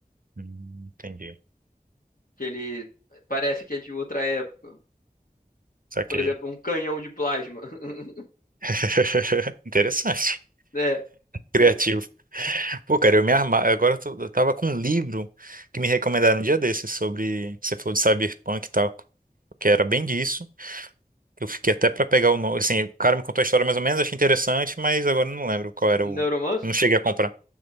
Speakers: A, on the right; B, on the left.
A: Hum, entendi.
B: Que ele parece que é de outra época.
A: Saquei.
B: Por exemplo, um canhão de plasma. <laughs>
A: <laughs> Interessante.
B: É,
A: Criativo. Pô, cara, eu me armar. Agora eu, tô- eu tava com um livro que me recomendaram um dia desses sobre. Você falou de cyberpunk e tal, que era bem disso. que Eu fiquei até pra pegar o nome. Assim, o cara me contou a história mais ou menos, achei interessante, mas agora eu não lembro qual era
B: Neuromancer?
A: o. Não cheguei a comprar.